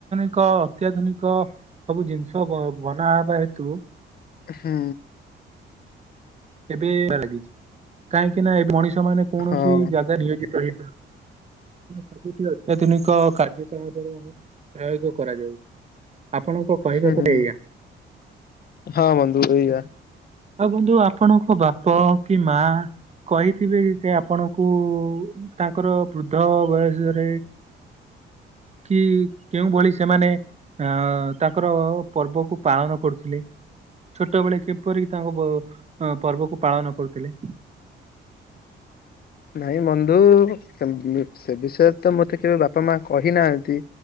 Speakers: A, on the right; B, on the left.
A: କ ଅତ୍ୟାଧୁନିକ ସବୁ ଜିନିଷ ବନାହବା ହେତୁ
B: ହୁଁ।
A: ଏବେ ଲାଗିଛି କାହିଁକି ନା ଏ ମଣିଷ ମାନେ କୌଣସି
B: ହଁ
A: ଜାଗା ନିୟୋଜିତ ହେଇ ସବୁଠି ଅତ୍ୟାଧୁନିକ କାର୍ଯ୍ୟ କଳାପର ପ୍ରୟୋଗ କରାଯାଉଛି। ଆପଣଙ୍କ କହିବାକୁ
B: ହୁଁ
A: ଏୟା।
B: ହଁ ବନ୍ଧୁ ଏଇଆ
A: ଆଉ ବନ୍ଧୁ ଆପଣଙ୍କ ବାପ କି ମା କହିଥିବେ କି ଯେ ଆପଣଙ୍କୁ ତାଙ୍କର ବୃଦ୍ଧ ବୟସରେ କି କେଉଁ ଭଳି ସେମାନେ ଅ ତାଙ୍କର ପର୍ବକୁ ପାଳନ କରୁଥିଲେ ଛୋଟବେଳେ କିପରି? ତାଙ୍କ ପ ଅଁ ପର୍ବକୁ ପାଳନ କରୁଥିଲେ?
B: ନାଇଁ ବନ୍ଧୁ ସେମ୍ ସେ ବିଷୟରେ ତ ମତେ କେବେ ବାପା ମା କହିନାହାନ୍ତି।